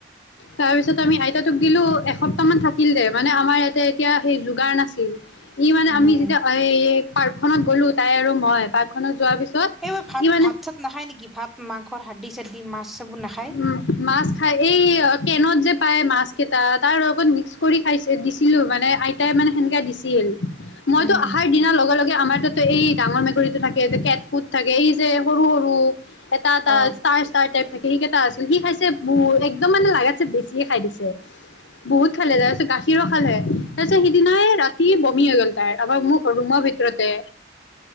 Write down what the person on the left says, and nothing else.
তাৰপিছত আমি আইতাতোক দিলো এসপ্তাহমান থাকিলে মানে আমাৰ ইয়াতে এতিয়া সেই যোগাৰ নাছিল ই মানে আমি
যেতিয়া পাৰ্ক খত গলো তাই আৰু মই পাৰ্কখনত যোৱাৰ পিছত
ই মানে
উম মাছ খাই এই কেনত যে পায় মাছকেইটাত তাৰ লগত মিক্স কৰি খাইছে দি ছিলো মানে আইতাই মানে সেনেকে দিছিল মইতো
অহাৰ দিনাৰ লগে লগে আমাৰ তাত ত এই ডাঙৰ মেকুৰীতটো থাকে কেট ফুট থাকে এই যে সৰু সৰু এটা এটা
ষ্টাৰ ষ্টাৰ <unintelligible> সেইকেইটা আছিল সি খাইছে বহু একদম মানে লাগাতছে বেছিয়ে খাই দিছে বহুত খালে তাৰ পিছত গাখীৰো খালে তাৰপিছত সিদিনাই ৰাতি বমি হৈ গল তাৰ মোক ৰুমৰ ভিতৰতে